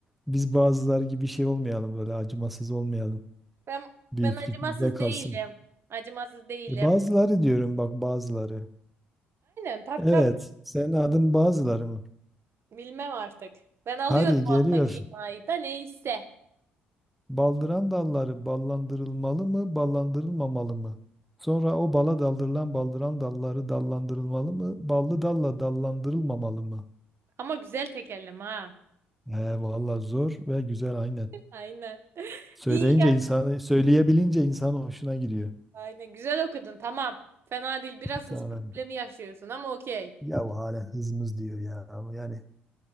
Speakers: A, in the centre; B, on the right.
A: Biz bazıları gibi şey olmayalım böyle acımasız olmayalım.
B: Ben
A: Büyüklük
B: ben acımasız
A: bizde kalsın.
B: değilim. Acımasız değilim.
A: E bazıları diyorum bak bazıları.
B: Aynen tabii
A: Evet,
B: tabii.
A: senin adın bazıları mı?
B: Bilmem artık. Ben alıyorum
A: Hadi
B: o
A: geliyor.
B: alttaki imayı da neyse.
A: Baldıran dalları ballandırılmalı mı, ballandırılmamalı mı? Sonra o bala daldırılan baldıran dalları dallandırılmalı mı, ballı dalla dallandırılmamalı mı?
B: Ama güzel tekerleme ha.
A: He valla zor ve güzel aynen.
B: <laughs> Aynen. <laughs>
A: Söyleyince
B: İyi
A: insanı, söyleyebilince insan hoşuna gidiyor.
B: Aynen güzel okudun tamam. Fena değil. Biraz
A: Tamam.
B: hız problemi yaşıyorsun ama okey.
A: Ya hala hızımız diyor ya. Yani